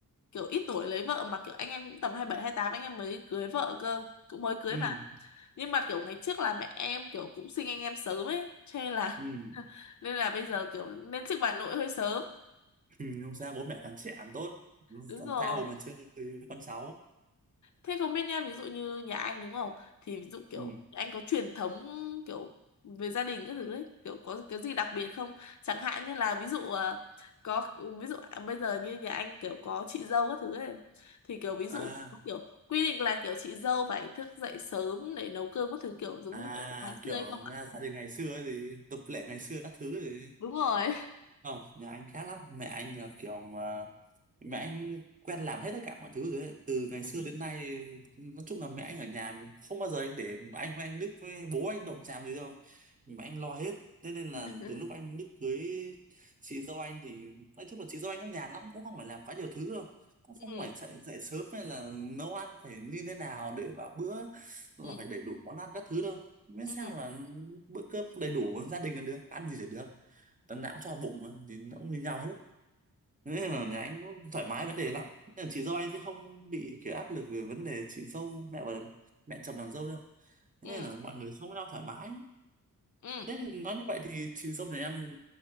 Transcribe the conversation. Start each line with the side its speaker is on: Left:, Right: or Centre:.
Left: kiểu ít tuổi lấy vợ mà kiểu anh em cũng tầm hai bảy hai tám anh em mới cưới vợ cơ cũng mới cưới
Right: Ừ.
Left: mà nhưng mà kiểu ngày trước là mẹ em kiểu cũng sinh anh em sớm ấy cho nên là
Right: Ừ. <laughs>
Left: nên là bây giờ kiểu lên chức bà nội hơi sớm
Right: Ừ. Không sao bố mẹ càng trẻ càng tốt.
Left: đúng
Right: Thằng
Left: rồi
Right: thao mà chơi với con cháu.
Left: thế không biết nha ví dụ như nhà anh đúng không thì ví dụ kiểu
Right: ừ.
Left: anh có truyền thống kiểu về gia đình các thứ ấy kiểu có cái gì đặc biệt không chẳng hạn như là ví dụ à, có ví dụ à, bây giờ như nhà anh kiểu có chị dâu các thứ ấy thì kiểu ví dụ
Right: à
Left: kiểu quy định là kiểu chị dâu phải thức dậy sớm để nấu cơm các thứ kiểu giống
Right: à
Left: như ở ngày
Right: kiểu
Left: xưa hay không ạ
Right: nghe gia đình ngày xưa ấy thì tập lệ ngày xưa các thứ ấy thì
Left: Đúng rồi.
Right: không nhà anh khác lắm mẹ anh là kiểu ờ, mẹ anh quen làm hết tất cả mọi thứ rồi ấy. từ ngày
Left: <laughs>
Right: xưa
Left: ừ
Right: đến nay nói chung là mẹ anh ở nhà không bao giờ anh để anh với anh Đức với bố anh động chạm gì đâu mẹ anh lo hết thế nên là
Left: ừ
Right: từ lúc anh Đức cưới chị dâu anh thì nói chung là chị dâu anh cũng nhàn lắm cũng không phải làm quá nhiều thứ đâu cũng
Left: ừ
Right: không phải dậy, dậy sớm hay là nấu ăn phải như thế nào để vào bữa là
Left: ừ
Right: phải đầy đủ món ăn các thứ đâu miễn
Left: ừ
Right: sao là bữa cơm đầy đủ gia đình là được ăn gì là được tấm não cho bụng mà, thì nó cũng như nhau hết Thế nên là nhà anh nó thoải mái vấn đề lắm nên là chị dâu anh sẽ không bị kiểu áp lực về vấn đề chị dâu mẹ và mẹ chồng nàng dâu đâu Thế
Left: ừ
Right: nên là mọi người sống với nhau thoải mái
Left: ừ
Right: thế thì nói như vậy thì chị dâu nhà em